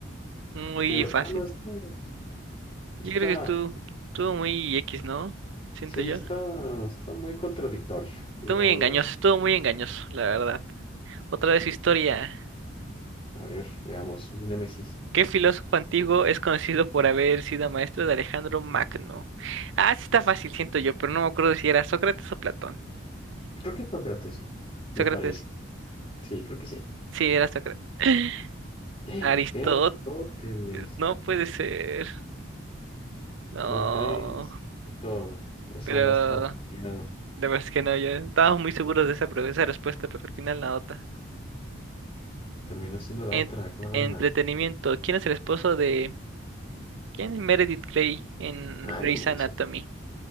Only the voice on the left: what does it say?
Pero
bueno, es que está,
sí,
está, está muy contradictorio, digámoslo
así.
A ver, veamos, mi némesis.
Creo que es Sócrates, me
parece. Sí, creo que sí.
<gasps>
Era Aristóteles.
¿Cómo crees? Eso, eso
no estaba planeado.
Terminó siendo la
otra, qué mala
onda.
Ah,
no manches.